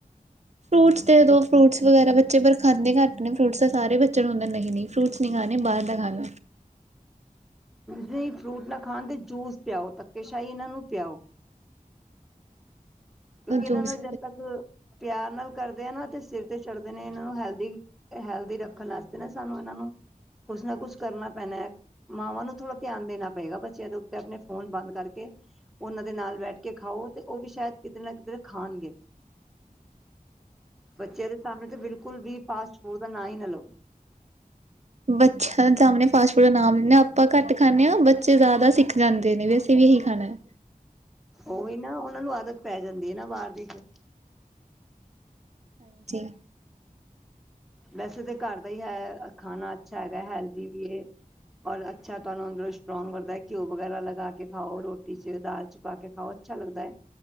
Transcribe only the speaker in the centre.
<inaudible> ਜੇ ਫਰੂਟ ਨਾ ਖਾਣ ਤੇ ਜੂਸ ਪਿਆਓ ਧੱਕੇ ਸ਼ਾਹੀ ਇਹਨਾਂ ਨੂੰ ਪਿਆਓ। ਕਿਉਂਕਿ ਇਹਨਾਂ
ਨੂੰ ਜਦ ਤੱਕ ਪਿਆਰ ਨਾਲ ਕਰਦੇ ਆ ਨਾ ਤੇ ਸਿਰ ਤੇ ਚੜਦੇ ਨੇ ਇਹਨਾਂ ਨੂੰ ਹੈਲਦੀ- ਹੈਲਦੀ ਰੱਖਣ ਵਾਸਤੇ ਨਾ ਸਾਨੂੰ ਇਹਨਾਂ ਨੂੰ ਕੁਛ ਨਾ ਕੁਛ ਕਰਨਾ ਪੈਣਾ ਐ। ਮਾਵਾਂ ਨੂੰ ਥੋੜਾ ਧਿਆਨ ਦੇਣਾ ਪਏਗਾ ਬੱਚਿਆਂ ਦੇ ਉੱਤੇ ਆਪਣੇ ਫ਼ੋਨ ਬੰਦ ਕਰਕੇ। ਉਹਨਾਂ ਦੇ ਨਾਲ ਬੈਠ ਕੇ ਖਾਓ ਤੇ ਉਹ ਵੀ ਸ਼ਾਇਦ ਕਿਧਰੇ ਨਾ ਕਿਧਰੇ ਖਾਣਗੇ। ਬੱਚਿਆਂ ਦੇ ਸਾਹਮਣੇ ਤੇ ਬਿਲਕੁਲ ਵੀ ਫਾਸਟ ਫੂਡ ਦਾ ਨਾਂ ਈ ਨਾ ਲਵੋ।
ਉਹੀ ਨਾ ਉਹਨਾਂ ਨੂੰ ਆਦਤ ਪੈ ਜਾਂਦੀ ਐ ਨਾ ਬਾਹਰ ਦੀ ਫੇ-
ਵੈਸੇ ਤੇ ਘਰ ਦਾ ਹੀ ਹੈ ਖਾਣਾ ਅੱਛਾ ਹੈਗਾ ਹੈਲਦੀ ਵੀ ਇਹ। ਔਰ ਅੱਛਾ ਤੁਹਾਨੂੰ ਅੰਦਰੋਂ ਸਟਰੋਂਗ ਕਰਦਾ ਘਿਓ ਵਗੈਰਾ ਲੱਗਾ ਕੇ ਖਾਓ ਰੋਟੀ ਚ ਦਾਲ ਚ ਪਾ ਕੇ ਖਾਓ। ਅੱਛਾ ਲੱਗਦਾ ਐ,